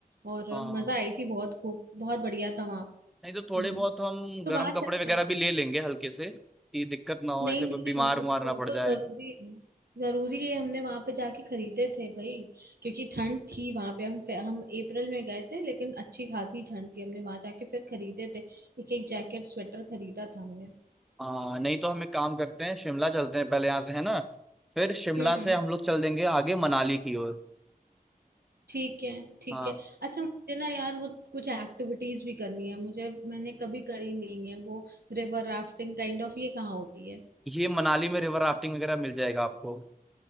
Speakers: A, on the right; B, in the centre.
A: और
B: हाँ
A: मजा आई थी बहुत खूब बहुत बढ़िया था वहां
B: नहीं तो
A: हम्म।
B: थोड़े बहुत हम
A: तो
B: गर्म
A: वहां
B: कपड़े
A: चलते
B: वगैरह
A: हैं
B: भी ले लेंगे हल्के से कि दिक्कत ना हो
A: नहीं
B: ऐसे
A: नहीं
B: कोई बीमार
A: वो
B: उमार
A: तो
B: ना
A: वो
B: पड़
A: तो
B: जाए
A: जरूरी है जरूरी है हमने वहां पे जाके खरीदे थे भाई क्योंकि ठंड थी वहां पे हम हम अप्रैल में गए थे लेकिन अच्छी खासी ठंड थी हमने वहां जाके फिर खरीदे थे एक एक जैकेट स्वेटर खरीदा था हमने
B: हाँ नहीं तो हम एक काम करते हैं शिमला चलते हैं पहले यहाँ से है ना फिर शिमला
A: हम्म
B: से हम लोग चल देंगे आगे मनाली की ओर
A: ठीक है ठीक
B: हाँ
A: है अच्छा मुझे ना यार वो कुछ एक्टिविटीज भी करनी है मुझे मैंने कभी करी नहीं है वो रिवर राफ्टिंग काइंड ऑफ ये कहाँ होती है
B: ये मनाली में रिवर राफ्टिंग वगैरह मिल जाएगा आपको